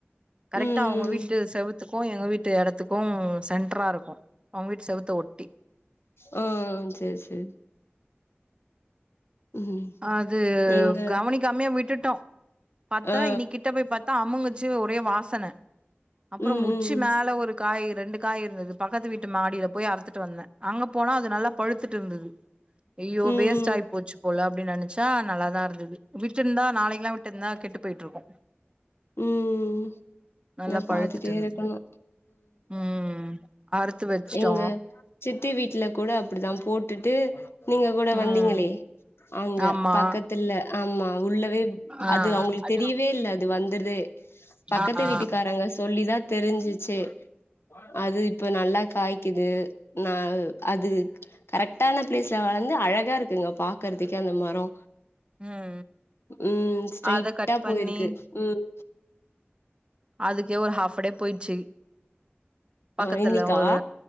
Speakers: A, on the right (about 25°); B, on the left (about 70°).
A: கரெக்டா
B: ம்
A: அவங்க
B: ம்
A: வீட்டு செவத்துக்கும் எங்க வீட்டு இடத்துக்கும் சென்டரா இருக்கும் அவங்க வீட்டு செவுத்த ஒட்டி
B: ஹம் செரி செரி ம்
A: அது
B: எங்க
A: கவனிக் காமே விட்டுட்டோ பாத்தா
B: ஆ
A: இனி கிட்ட போய் பாத்தா அம்முங்குச்சி ஒரே வாசன அப்றொ
B: ம்
A: உச்சி
B: ம்
A: மேல ஒரு காய் ரெண்டு காய் இருந்தது பக்கத்து வீட்டு மாடீல போய் அறுத்துட்டு வந்த அங்க போனா அது நல்லா பழுத்துட்ருந்தது ஐயோ
B: ம் ம்
A: வேஸ்ட்டாய் போச்சு போல அப்டின் நெனச்சா நல்லாதா இருந்துது விட்டுர்ந்தா நாளக்கிலா விட் டுர்ந்தா கெட்டுப் போய்ட்ருக்கு
B: ம்
A: நல்லா
B: நா
A: பழுத்துட்டு
B: பாத்துட்டே
A: இருந்துது
B: இருக்கணு
A: ம் அறுத்து வச்சுட்டோ
B: எங்க சித்தி வீட்ல கூட அப்டிதா போட்டுட்டு நீங்க கூட
A: ம்
B: வந்தீங்களே அங்க
A: ஆமா
B: பக்கத்துல ஆமா உள்ளவே
A: ஆ
B: அது அவ்ங்களுக்கு
A: அது
B: தெரியவே இல்ல அது வந்தர்தே பக்கத்து
A: ஆ ஆ
B: வீட்டுக்காரங்க சொல்லிதா தெரிஞ்சிச்சே அது இப்ப நல்லா காய்க்கிது நா அது கரெக்ட்டான ப்ளேஸ்ல வளந்து அழகா இருக்குங்க பாக்குறதுக்கே அந்த மரொ
A: ம்
B: ம் ஸ்ட்ரைட்டா
A: அத கட் பண்ணி
B: போய்ருக்கு ம்
A: அதுக்கே ஒரு ஹாஃப் டே போய்ட்ச்சு பக்கத்துல
B: ஆ இன்னிக்கா
A: ஒரு